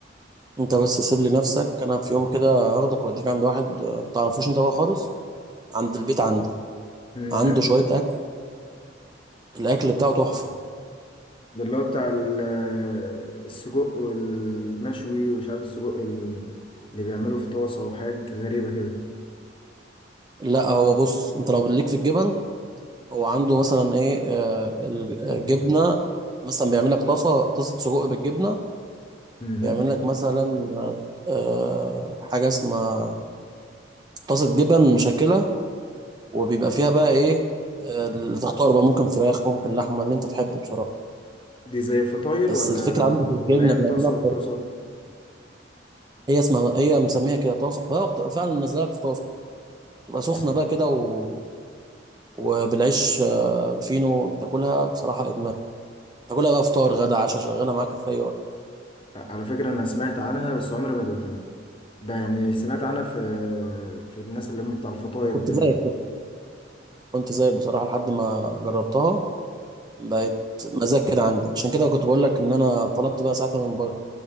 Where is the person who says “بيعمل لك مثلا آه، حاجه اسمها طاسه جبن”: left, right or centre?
Right